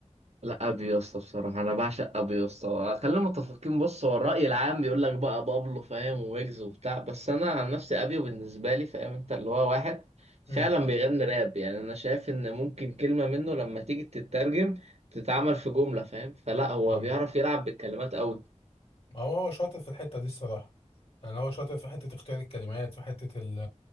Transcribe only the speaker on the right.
لا ابي يا اسطى بصراحه انا بعشق ابي يا اسطى خلينا متفقين بص هو الراي العام بيقول لك بقى بابلو فاهم ويجز وبتاع بس انا عن نفسي ابي بالنسبه لي فاهم انت اللي هو واحد فعلا
بيغني راب يعني انا شايف ان ممكن كلمه منه لما تيجي تترجم تتعمل في جمله فاهم فلا هو
بيعرف يلعب بالكلمات قوي